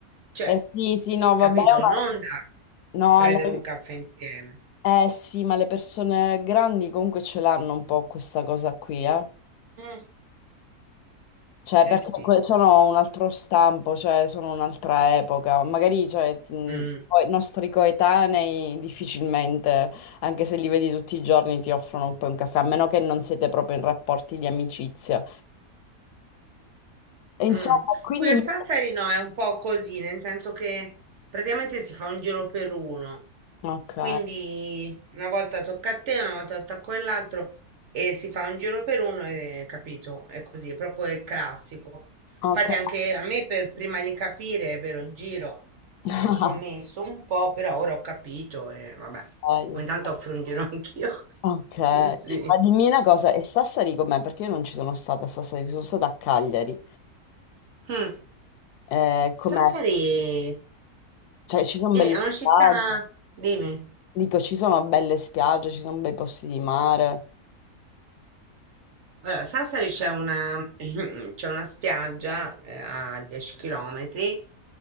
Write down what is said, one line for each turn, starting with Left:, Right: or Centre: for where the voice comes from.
Right: cioè,
Left: Eh sì, sì, no, vabbè,
Right: capito?
Left: ma-
Right: Non da
Left: no,
Right: prendere
Left: alla-
Right: un caffè insieme.
Left: eh sì, ma le persone grandi comunque ce l'hanno un po' questa cosa qui, eh.
Right: Mm.
Left: Cioè,
Right: Eh
Left: perché
Right: sì.
Left: que- sono un altro stampo, cioè, sono un'altra epoca. Magari, cioè, ti-
Right: Mm.
Left: poi i nostri coetanei difficilmente, anche se li vedi tutti i giorni, ti offrono un po' un caffè, a meno che non siete proprio in rapporti di amicizia. E insomma,
Right: Mm.
Left: quindi...
Right: Qui a
Left: mi-
Right: Sassari no, è un po' così, nel senso che praticamente si fa un giro per uno.
Left: Ok.
Right: Quindi una volta tocca a te, una volta tocca a quell'altro e si fa un giro per uno e capito, è così, è proprio il classico.
Left: Ok,
Right: Infatti anche a me per prima di capire, è vero, il giro
Left: <laughs>
Right: eh, ci ho messo un po', però ora ho capito e vabbè,
Left: Ok,
Right: ogni tanto offro un giro <laughs> anch'io.
Left: ok.
Right: <laughs> Sì.
Left: Ma dimmi una cosa, e Sassari com'è? Perché io non ci sono stata a Sassari, sono stata a Cagliari.
Right: Mm.
Left: Eh, com'è?
Right: Sassari
Left: Cioè, ci sono
Right: eh,
Left: belle
Right: è una città,
Left: spiagge,
Right: dimmi.
Left: dico, ci sono belle spiagge, ci sono bei posti di mare.
Right: Allora, Sassari c'è una, <clears throat> c'è una spiaggia eh, a 10 km